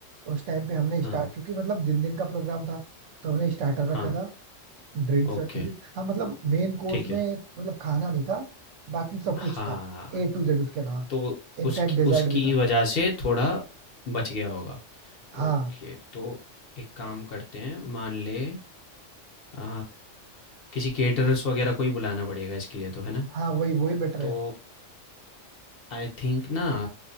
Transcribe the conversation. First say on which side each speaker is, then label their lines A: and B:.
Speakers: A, on the right; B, on the left.
A: उस टाइम पे हमने
B: हाँ
A: स्टार्ट क्योंकि मतलब दिन दिन का प्रोग्राम था तो हमने स्टार्टर रखा
B: हाँ
A: था ड्रिंक्स
B: ओके
A: रखी थी हाँ मतलब मेन कोर्स
B: ठीक
A: में
B: है
A: मतलब खाना नहीं था बाकी सब
B: हाँ
A: कुछ था ए टू जेड उसके अलावा
B: तो उसकी
A: इनफैक्ट डेजर्ट
B: उसकी
A: भी था
B: वजह से थोड़ा बच गया होगा
A: हाँ
B: ओके तो एक काम करते हैं मान ले आ, किसी केटरर्स वगैरह को ही बुलाना पड़ेगा इसके लिए तो है ना
A: हाँ वही वही बेटर
B: तो
A: है
B: आई थिंक ना